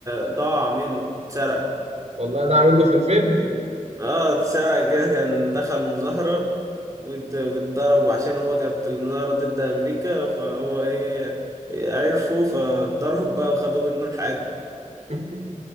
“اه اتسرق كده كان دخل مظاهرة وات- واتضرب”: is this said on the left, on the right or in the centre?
Right